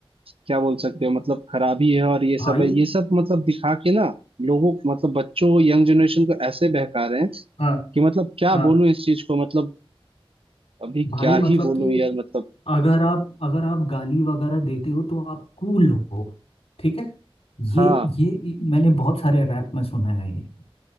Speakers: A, on the right; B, on the left.
A: क्या बोल सकते हो मतलब खराबी है और ये
B: भाई
A: सब है ये सब मतलब दिखा के ना लोगों मतलब बच्चों यंग जनरेशन को ऐसे बहका रहे हैं
B: हाँ
A: कि मतलब क्या
B: हाँ
A: बोलूं इस चीज को मतलब अभी
B: भाई
A: क्या
B: मतलब
A: ही बोलूं
B: कि
A: यार मतलब
B: अगर आप अगर आप गाली वगैरह देते हो तो आप कूल हो ठीक है ये
A: हाँ
B: ये मैंने बहुत सारे रैप में सुना है ये